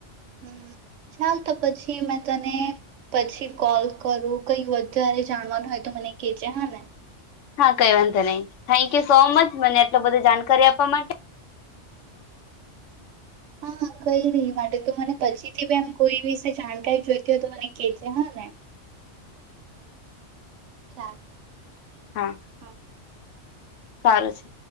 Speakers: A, on the right; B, on the left.
A: હમ ચાલ તો પછી મેં તને પછી કોલ કરું કઈ વધારે જાણવાનું હોય તો મને કેહે છેે હ ને
B: હા કઈ વાંધો નહી થેન્ક યુ સો મચ મને એટલ બધો જાણકારી આપવા માટે
A: હા કઈ નહી એ માટે તો મને પછી થી એમ કોઈ વિશે જાણકારી જોઈતી હોય તો મને કેજે હા ને ચાલ
B: હા
A: હ
B: સારું છે